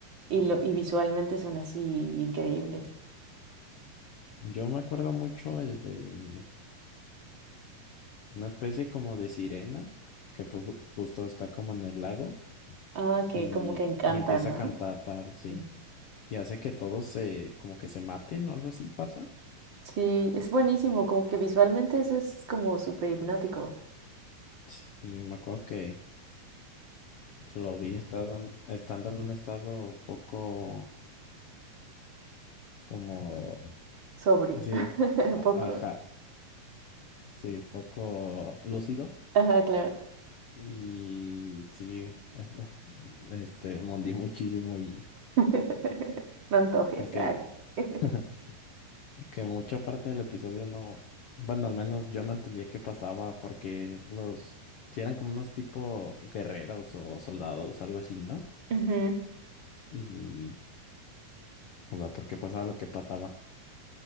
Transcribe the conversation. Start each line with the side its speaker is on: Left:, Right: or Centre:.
Right: Y, lo, y visualmente son así increíbles.
Left: Yo me acuerdo mucho el de una especie como de sirena, que pues ju- justo está como en el lago
Right: Ah, que
Left: y,
Right: como que encanta,
Left: y empieza
Right: ¿no?
Left: a cantar, sí.
Right: Mm.
Left: Y hace que todos se, como que se maten o algo así pasa.
Right: Sí, es buenísimo, como que visualmente eso es como súper hipnótico,
Left: Sí, y me acuerdo que lo vi estado en- estando en un estado poco como,
Right: sobrio,
Left: así, a-
Right: <laughs> poco.
Left: ajá, sí, poco lúcido.
Right: Ajá, claro.
Left: Y sí, <laughs> este, me hundió muchísimo y
Right: <laughs> No antojes.
Left: porque...
Right: ay. <laughs>
Left: <laughs> que mucha parte del episodio no, bueno, al menos yo no entendía qué pasaba porque los, si eran como unos tipo guerreros o soldados, algo así, ¿no?
Right: Ujú.
Left: Y, o sea, ¿por qué pasaba lo que pasaba?